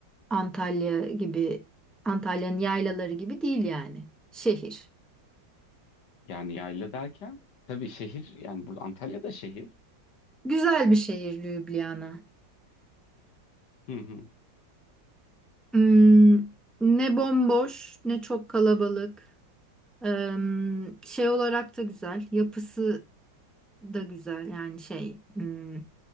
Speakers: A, in the centre; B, on the left.
A: Antalya gibi Antalya'nın yaylaları gibi değil yani. Şehir.
B: Yani yayla derken tabii şehir yani burada Antalya'da şehir.
A: Güzel bir şehir Lübnana.
B: Hı hı.
A: Hmm, ne bomboş ne çok kalabalık. Em, şey olarak da güzel, yapısı da güzel yani şey hmm,